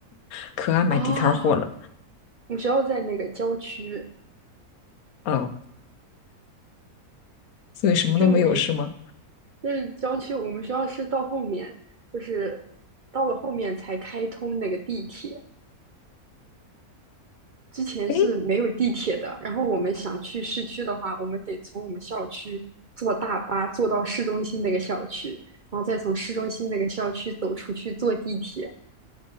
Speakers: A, on the left (about 70°); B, on the right (about 55°).
A: <laughs> 可爱买地摊儿货了。
B: 啊，我们学校在那个郊区，
A: 哦，所以什么都没有是吗？
B: 你真无语。那是郊区，我们学校是到后面，就是到了后面才开通那个地铁，之前是没有地铁的。
A: 诶，
B: 然后我们想去市区的话，我们得从我们校区坐大巴坐到市中心那个校区，然后再从市中心那个校区走出去坐地铁。